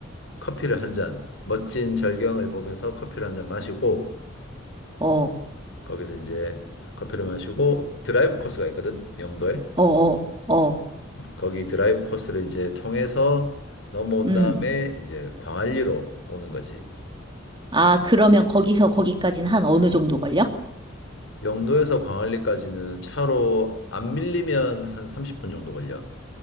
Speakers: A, on the left; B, on the right.
A: 커피를 한 잔, 멋진 절경을 보면서 커피를 한 잔 마시고
B: 어,
A: 거기서 이제 커피를 마시고 드라이브 코스가 있거든. 영도에.
B: 어, 어, 어.
A: 거기 드라이브 코스를 이제 통해서 넘어온
B: 음.
A: 다음에 이제 광안리로 오는 거지.
B: 아, 그러면 거기서 거기까진 한 어느 정도 걸려?
A: 영도에서 광안리까지는 차로 안 밀리면 한 30분 정도 걸려.